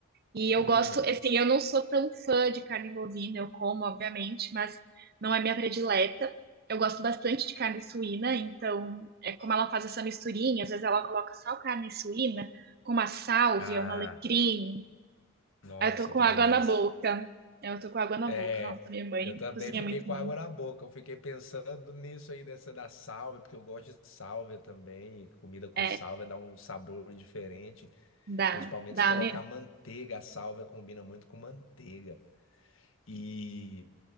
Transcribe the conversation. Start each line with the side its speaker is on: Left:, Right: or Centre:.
Right: E eu
Left: Hum.
Right: gosto, assim, eu não sou tão fã de carne bovina, eu como, obviamente, mas não é minha predileta. Eu gosto bastante de carne suína, então é como ela faz essa misturinha, às vezes ela coloca só carne suína com uma sálvia,
Left: Ah,
Right: um alecrim.
Left: nossa,
Right: Aí eu tô com
Left: que
Right: água
Left: delícia.
Right: na boca. É, Eu tô com água na
Left: É,
Right: boca. Nossa, minha mãe
Left: eu também
Right: cozinha
Left: fiquei
Right: muito
Left: com
Right: bom.
Left: água na boca. Eu fiquei pensando nisso aí, dessa da sálvia, porque eu gosto de sálvia também. Comida com
Right: É,
Left: sálvia dá um sabor diferente.
Right: dá,
Left: Principalmente
Right: dá
Left: se colocar
Right: mesmo.
Left: manteiga. A sálvia combina muito com manteiga. E.